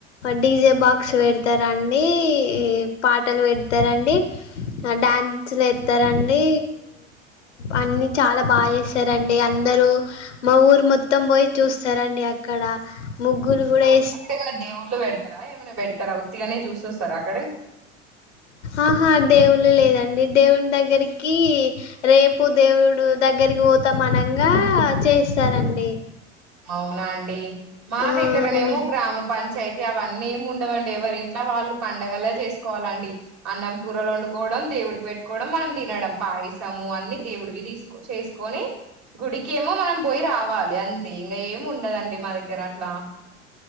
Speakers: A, on the left; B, on the right.
A: డీజే బాక్స్ పెడతారండి పాటలు పెడతారండి. డ్యాన్స్ లెత్తరండీ అన్ని చాలా బాగా జేస్తారండి. డి అందరూ మా ఊరు మొత్తం పోయి చూస్తారండి అక్కడ ముగ్గులు గూడా యే
B: అంటే ఏమన్నా దేవుళ్ళు పెడతారా ఏమైనా పెడతారా ఉత్తిగానే చూసొస్తారా అక్కడే
A: ఆహా దేవుళ్ళు లేదండి దేవుని దగ్గరికి రేపు దేవుడు దగ్గర రికి పోతామనంగా చేస్తారండి
B: అవునా అండి మా
A: ఆ
B: దగ్గరనేమో
A: అవును
B: గ్రామ పంచాయతీ అవన్నీ ఏమి ఉండవండి ఎవరి ఇంట్లో వాళ్ళు పండగలే చేసుకోవాలండి అన్నం కూరలు వండుకోవడం దేవుడికి పెట్టుకోవడం మనం తినడం పాయసము అన్ని దేవుడివి తీసుకో చేసుకొని గుడికేమో మనం పోయి రావాలి అంతే ఇంకా ఏమి ఉండదండి మా దగ్గర అట్లా